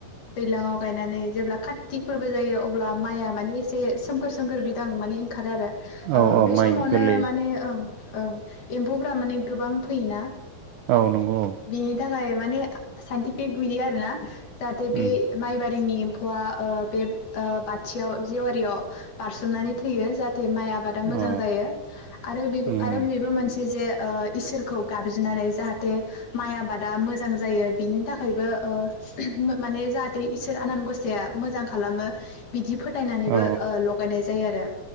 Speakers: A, on the left; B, on the right.
A: दैलाङाव गायनानै जेब्ला कार्तिक फोरबो जायो अब्ला माइआ माने एसे सोमखोर सोमखोर बिदां माने ओंखारो आरो
B: औ
A: ओ
B: औ
A: बे
B: माइ
A: समावनो
B: गोरलै
A: माने ओं। औ एम्फौफ्रा माने गोबां फैयोना।
B: औ नंगौ ओ।
A: बेनि थाखाय माने आ साइनटिफिक बिदि आरो ना जाहाथे बे
B: उम
A: बारिनि एम्फौआ ओ बे ओ बाथियाव जेवारियाव बारसोमनानै थैयो जाह जे माइ आबादा मोजां
B: अ
A: जायो आरो बे
B: उम
A: आरो बेबो मोनसे जे ओ इसोरखौ गाबज्रिनानै जाहाथे माइ आबादा मोजां जायो बिनि थाखायबो ओ माने जाहाथे इसोर आनान गसाया मोजां खालामो बिदि फो फोथायनानैबो
B: औ
A: ओ लगायनाय जायो आरो